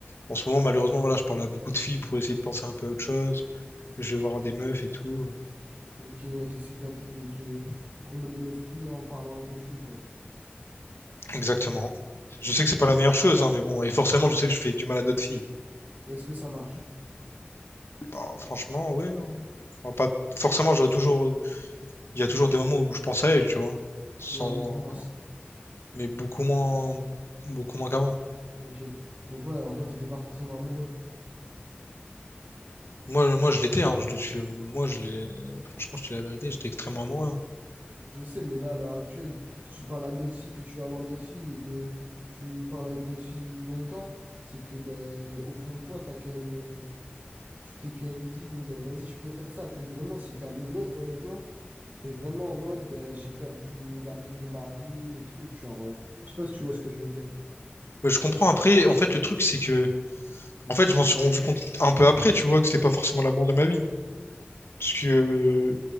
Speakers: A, on the left; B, on the right.
A: En ce moment, malheureusement, voilà, je parle à beaucoup de filles pour essayer de penser un peu à autre chose. Je vais voir des meufs et tout.
B: Ok, ouais, t'essaies d'un peu de te combler l'esprit en parlant à d'autres filles, quoi.
A: Exactement. Je
B: Ouais.
A: sais que c'est pas la meilleure chose, hein, mais bon. Et forcément, je sais que je fais du mal à d'autres filles.
B: Est-ce que ça marche?
A: Bah, franchement, ouais. hein. Enfin, pas... Forcément, j'aurais toujours... Il y a toujours des moments où je pense à elle, tu vois. Sans...
B: Ouais, mais mince.
A: Mais beaucoup moins... Beaucoup moins qu'avant.
B: Ok. Donc, ouais, en fait, t'étais pas forcément amoureux.
A: Moi, moi, je l'étais, hein. Je, l'ai- je- moi, je l'ai... Franchement, je te dis la vérité, j'étais extrêmement amoureux. hein.
B: Je sais, mais là, à l'heure actuelle, si tu parles à d'autres filles, que tu vas avoir d'autres filles et que tu parles avec d'autres filles longtemps, c'est que, ben, au fond de toi, t'as quand même. euh, Tu t'es quand même dit, bon, ben, vas-y, je peux faire ça. Que vraiment, si t'es amoureux, honnêtement. T'es vraiment en mode, ben, j'ai perdu le- l'amour de ma vie et tout. Genre, euh, je sais pas si tu vois ce que je veux dire.
A: Mais je comprends. Après, en fait, le truc, c'est que... En fait, je m'en suis rendu compte un peu après, tu vois, que c'était pas forcément l'amour de ma vie. Parce que, euh,